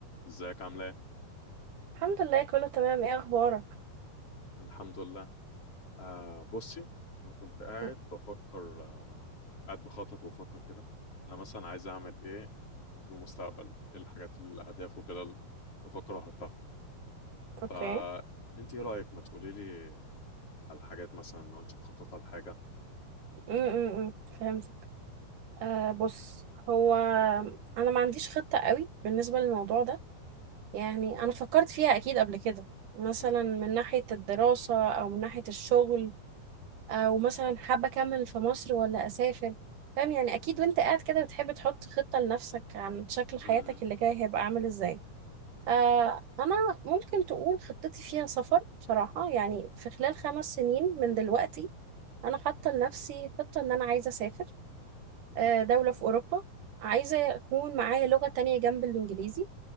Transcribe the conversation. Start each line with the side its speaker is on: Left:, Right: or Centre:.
Left: ازيك عامله ايه؟
Right: الحمد لله كله تمام ايه اخبارك
Left: الحمد لله آه بصي انا كنت قاعد
Right: م-
Left: بفكر آه قاعد بخطط وبفكر كده انا مثلا عايز اعمل ايه في المستقبل ايه الحاجات الاهداف وكده اللي بفكر احطها
Right: اوكي
Left: فانت ايه رايك ما تقولي لي على الحاجات مثلا لو انت مخططه لحاجه
Right: امم فهمتك آه بص هو انا ما عنديش خطة قوي بالنسبة للموضوع ده يعني انا فكرت فيها اكيد قبل كده مثلا
Left: م-
Right: من ناحية الدراسة او من ناحية الشغل او مثلا حابة اكمل في مصر ولا اسافر فاهم يعني اكيد وانت قاعد كده بتحب تحط خطة لنفسك عن شكل
Left: م-
Right: حياتك اللي جاي هيبقى عامل ازاي آه انا ممكن تقول خطتي فيها سفر بصراحة يعني في خلال خمس سنين من دلوقتي انا حاطه لنفسي خطه ان انا عايزه اسافر آه،
Left: م-
Right: دوله في اوروبا عايزه يكون معايا لغه تانية جنب الانجليزي